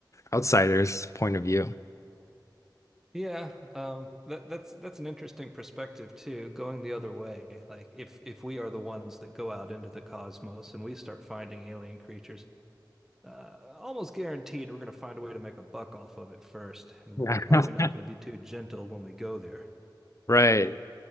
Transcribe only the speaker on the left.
outsider's point of view.
<laughs>
Right.